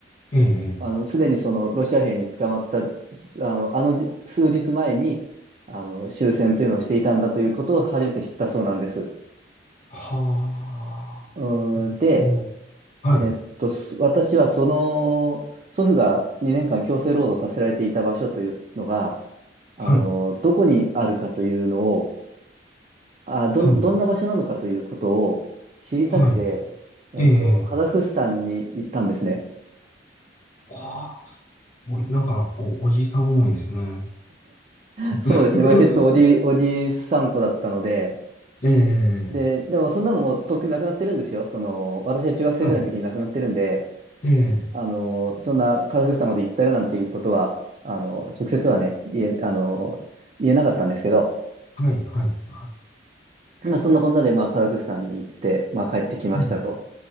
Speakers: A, on the left; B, on the right.
A: ええ、ええ
B: あの、すでにそのロシア兵に捕まった、すあの、あのじ数日前に、あの、終戦というのをしていたんだということを初めて知ったそうなんです。
A: はあ、
B: うーんで、
A: うんはい、
B: えーっと、す私はその、祖父が2年間強制労働させられていた場所というのが、あの、
A: はい、
B: どこにあるかというのを、あ、どん、
A: はい、
B: どんな場所なのかということを知りたくて、
A: はい、
B: えっと、
A: ええ、
B: カザフスタンに行ったんですね。
A: はあ、すごい、なんかお、おじいさん思いですね。
B: そうですね。
A: <laughs>
B: まあ、結構おじ、おじさん子だったので、
A: ええ、
B: で、でもそんなのもうとっくになくなってるんですよ。その、私が中学生ぐらいの時に亡くなってるんで、
A: はい、ええ、
B: あの、そんなカザフスタンまで行ったよなんていうことは、あの、直接はね、言え、あの、言えなかったんですけど、
A: はい、はい、は
B: まあ、そんなこんなで、まあ、カザフスタンに行って、まあ、帰ってきましたと。
A: い、うん